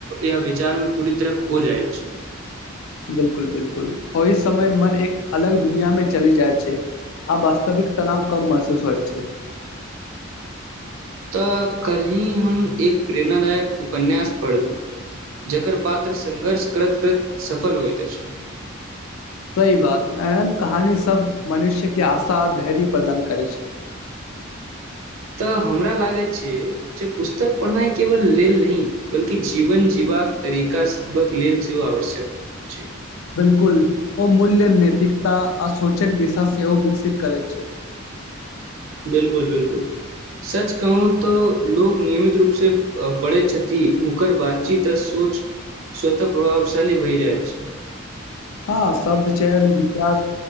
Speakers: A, on the right; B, on the left.
A: या विचारमे पूरी तरह खो जाइत छी।
B: बिल्कुल-बिल्कुल, ओहि समय मन एक अलग दुनिया मे चलि जाइ छै, आ वास्तविक तनाव कम महसूस होइ छै।
A: तऽ कल्हिी हम एक प्रेरणादायक उपन्यास पढ़लहुँ, जकर पात्र संङ्घर्ष करैत करैत सफल होइत अछि।
B: सही बात, एहन कहानी सभ मनुष्य के आशा, आ धैर्य प्रदान करै छै।
A: तऽ हमरा लागैत छै, जे पुस्तक पढ़नाइ केवल लेल नहि, बल्कि जीवन जीबाक तरीका सिखबाक लेल सेहो आवश्यक छै।
B: बिलकुल, ओ मूल्य नैैतिकता आ सोचक दिशा सेहो विकसित करै छै।
A: बिलकुल, बिलकुल, सच कहू तऽ लोको नियमित रूप से पड़ै छथि, हुनकर बातचीत आ सोच स्वतः प्रभावशाली भहि जाइत छै।
B: हँ, शब्द चयन, विचार